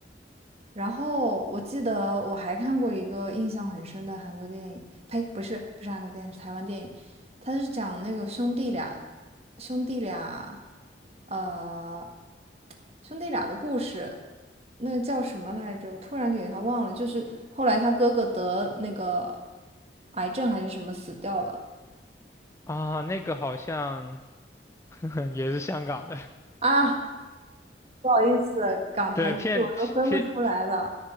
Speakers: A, on the right (about 35°); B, on the left (about 15°).
A: 然后我记得我还看过一个印象很深的韩国电影，呸，不是不是韩国电影，是台湾电影，他是讲那个兄弟俩，兄弟俩，呃，兄弟俩的故事，那个叫什么来着？我突然给他忘了，就是后来他哥哥得那个癌症还是什么死掉了
B: 啊。那个好像 <laughs> 也是香港的，
A: 啊，不好意思，港台剧我都分不出来了。
B: 对，片片